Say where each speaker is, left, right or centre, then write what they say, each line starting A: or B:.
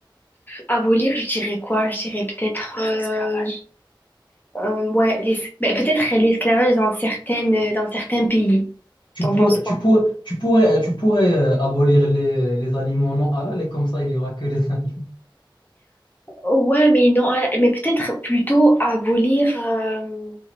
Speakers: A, on the left (about 20°); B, on the left (about 70°).
A: Abolir, je dirais quoi? Je dirais peut-être euh, L'esclavage. euh, ouais, l'es- ben, peut-être l'esclavage dans certaines euh, dans certains pays.
B: tu
A: T'en
B: pourrais,
A: penses quoi?
B: tu pourrais, tu pourrais, tu pourrais euh, abolir les, les aliments non halal et comme ça, il y aura que les <laughs> aliments.
A: Ouais, mais non, halal- mais peut-être plutôt abolir. euh,